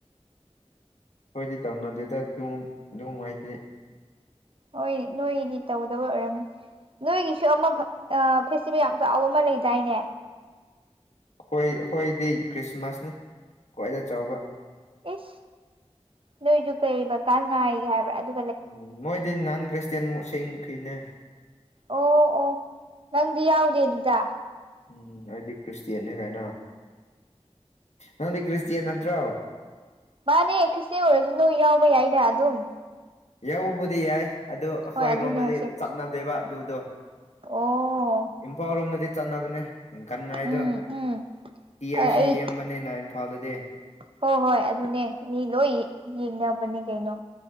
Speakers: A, on the left; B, on the right.
A: ꯑꯩꯈꯣꯏꯗꯤ ꯇꯧꯅꯗꯦꯗ ꯑꯗꯨꯝ ꯑꯗꯨꯝ ꯃꯥꯏꯗꯤ
B: ꯍꯣꯏ ꯅꯣꯏꯗꯤ ꯇꯧꯗꯕ ꯑꯣꯏꯔꯝꯅꯤ ꯅꯣꯏꯒꯤꯁꯨ ꯑꯃ ꯐꯦꯁꯇꯤꯚꯦꯜ ꯌꯥꯝ ꯆꯥꯎꯕ ꯑꯃ ꯂꯩꯗꯥꯏꯅꯦ
A: ꯑꯩꯈꯣꯏ ꯑꯩꯈꯣꯏꯗꯤ ꯈ꯭ꯔꯤꯁꯃꯥꯁꯅꯦ ꯈ꯭ꯋꯥꯏꯗꯒꯤ ꯆꯥꯎꯕ
B: ꯏꯁ ꯅꯣꯏꯁꯨ ꯀꯩ ꯕꯀꯥꯟ ꯉꯥꯏꯒꯦ ꯍꯥꯏꯕ꯭ꯔꯥ ꯑꯗꯨ
A: ꯎꯝ ꯃꯣꯏꯗꯤ ꯅꯟ ꯈ꯭ꯔꯤꯁꯇꯟ ꯃꯁꯤ ꯐꯤꯅꯦ
B: ꯑꯣ ꯑꯣ ꯅꯪꯗꯤ ꯌꯥꯎꯗꯦ ꯑꯗꯨꯗ
A: ꯎꯝ ꯑꯩꯗꯤ ꯈ꯭ꯔꯤꯁꯇꯌꯥꯟꯅꯦ ꯀꯥꯏꯅꯣ ꯅꯪꯗꯤ ꯈ꯭ꯔꯤꯁꯇꯌꯥꯟ ꯅꯠꯇ꯭ꯔꯣ
B: ꯃꯥꯅꯦ ꯈ꯭ꯔꯤꯁꯇꯦꯟ ꯑꯣꯏꯔꯁꯨ ꯅꯣꯏ ꯌꯥꯎꯕ ꯌꯥꯏꯅ ꯑꯗꯨꯝ
A: ꯌꯧꯕꯕꯨꯗꯤ ꯌꯥꯏ ꯑꯗꯨ ꯑꯩꯈꯣꯏꯔꯣꯝꯗꯗꯤ
B: ꯍꯣꯏ ꯑꯗꯨꯅꯦ ꯍꯥꯏꯁꯦ
A: ꯆꯠꯅꯗꯦꯕ ꯑꯗꯨꯗꯣ
B: ꯑꯣ
A: ꯏꯝꯐꯥꯜ ꯔꯣꯝꯗꯗꯤ ꯆꯠꯅꯕꯅꯦ ꯀꯟ ꯉꯥꯏꯗꯣ
B: ꯎꯝ ꯎꯝ
A: ꯇꯤꯌꯔꯁꯤ
B: ꯍꯣꯏ ꯑꯩ
A: ꯌꯦꯕꯅꯤꯅ ꯏꯝꯐꯥꯜꯗꯗꯤ
B: ꯍꯣꯏ ꯍꯣꯏ ꯑꯗꯨꯅꯦ ꯃꯤ ꯂꯣꯏ ꯌꯦꯡꯅꯕꯅꯦ ꯀꯩꯅꯣ